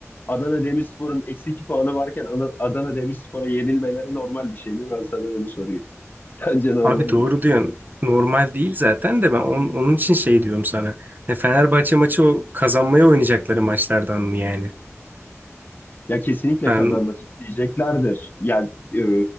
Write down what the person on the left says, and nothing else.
Adana Demirspor'un eksi 2 puanı varken Ana- Adana Demirspor'a yenilmeleri normal bir şey mi? Ben sana bunu sorayım. <laughs> Sence normal
mi?
Ya kesinlikle
kazanmak isteyeceklerdir. Yani e,